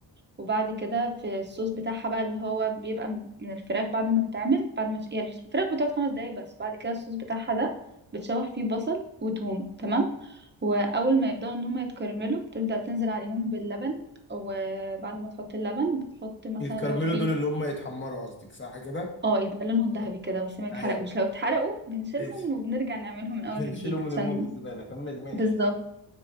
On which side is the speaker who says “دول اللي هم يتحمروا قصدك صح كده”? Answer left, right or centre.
Left